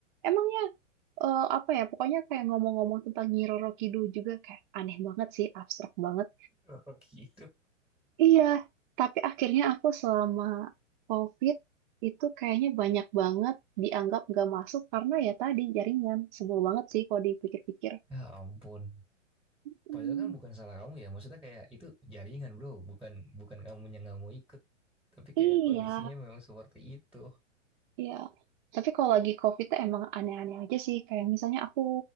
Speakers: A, on the right; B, in the centre.
A: Emangnya eh, apa ya pokoknya kayak ngomong-ngomong tentang Nyi Roro Kidul juga kayak aneh banget sih abstrak banget
B: Kenapa gitu?
A: iya tapi akhirnya aku selama COVID itu kayaknya banyak banget dianggap gak masuk karena ya tadi jaringan sebel banget sih kalau dipikir-pikir
B: Ya ampun.
A: Hmm,
B: Padahal kan bukan salah kamu ya. Maksudnya kayak itu jaringan bro, bukan bukan kamu yang nggak mau ikut. Tapi kayak
A: iya
B: kondisinya memang seperti itu.
A: Iya, tapi kalau lagi COVID tuh emang aneh-aneh aja sih. Kayak misalnya aku